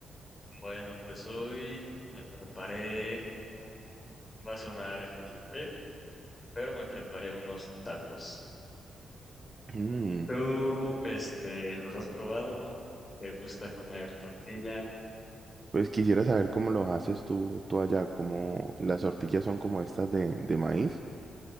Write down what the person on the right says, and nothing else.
Mm,
pues quisiera saber cómo los haces tú, tú allá, cómo las tortillas son como estas de, de maíz.